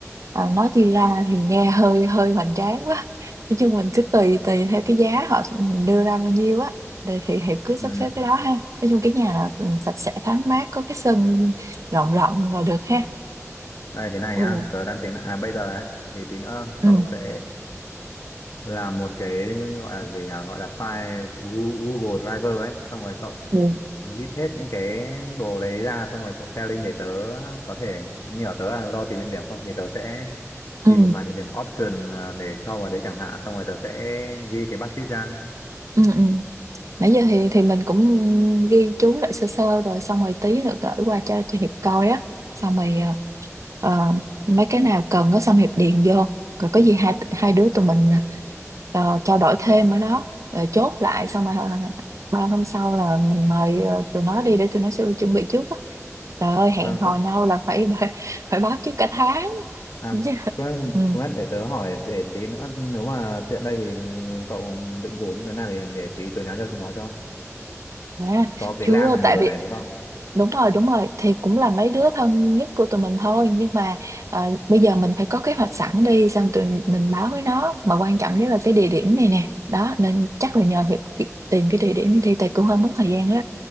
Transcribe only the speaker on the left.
ừ.
Này thế này
nhá, tớ đang tính là- à bây giờ ấy thì tí nữa cậu
sẽ làm một cái gọi là gì nhỉ, gọi là file của Gu- Google Driver ấy, xong rồi cậu
list hết những cái đồ đấy ra xong rồi cậu share link để tớ có thể như ở tớ là lo tìm địa điểm không thì tớ sẽ
tìm một vài địa điểm option à, để cho vào đấy chẳng hạn xong rồi tớ sẽ ghi cái budget ra.
Ừ.
À,
con,
à
cũng
cũng biết để tớ hỏi để tí nữa nếu mà tiện đây thì cậu định rủ những đứa nào thì để tí tớ nhắn cho chúng nó cho.
có cái
Lan là mùa
rồi
này đúng không